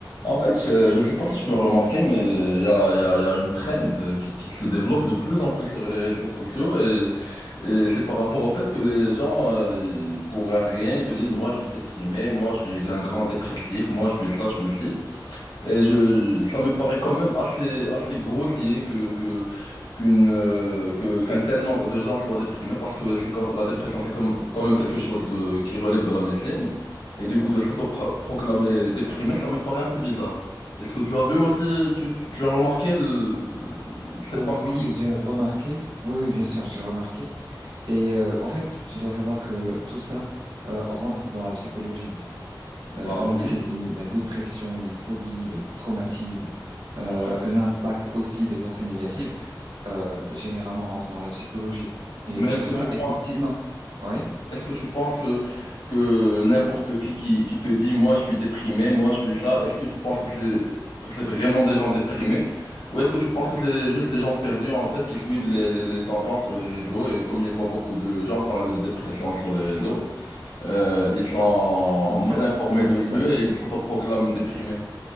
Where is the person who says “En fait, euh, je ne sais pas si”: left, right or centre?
Left